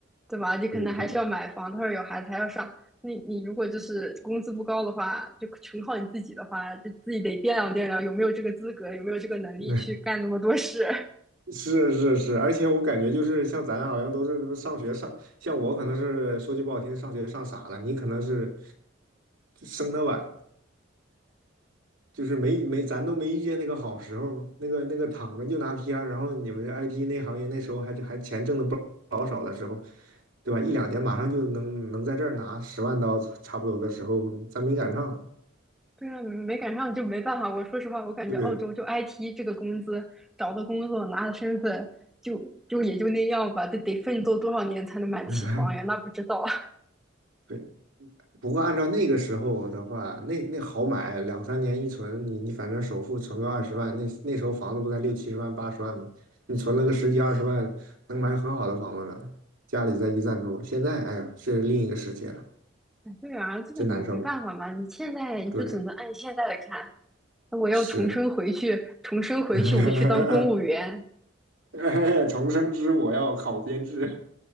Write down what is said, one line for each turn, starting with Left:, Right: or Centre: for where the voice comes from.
Centre: 对吧？你可能还是要买房，
Right: 对对，
Centre: 他说有孩子还要上。那你如果就是工资不高的话，就全靠你自己的话，就自己得掂量掂量有没有这个资格，有没有这个能力去干那么多事。
Right: <laughs> 是是是，而且我感觉就是像咱好像都是他妈上学上，像我可能是说句不好听，上学上傻了，你可能是生的晚，就是没没咱都没遇见那个好时候，那个那个躺着就拿 PR，然后你们 IT 那行业那时候还还钱挣的不老少的时候，对吧？一两年马上就能能在这儿拿十万刀差不多的时候，咱没赶上，
Centre: 对啊，没赶上就没办法。我说实话，我感觉澳洲就
Right: 对，
Centre: IT 这个工资，找个工作拿了身份，就就也就那样吧。得得奋斗多少年才能买得起房呀？
Right: <laughs>
Centre: 那不知道。
Right: 对。不过按照那个时候的话，那那好买，两三年一存，你你反正首付存个二十万，那那时候房子不才六七十万、八十万吗？你存了个十几二十万，能买很好的房子了。家里再一赞助，现在哎呀，是另一个世界了，
Centre: <laughs> 对啊，这个没办法嘛。
Right: 真难受。
Centre: 你现在你就只能按现在的看。
Right: 对，
Centre: 那我要重生回去，
Right: 是，
Centre: 重生回去我就去当公务员。
Right: <laughs> 哎，重生之我要考编制，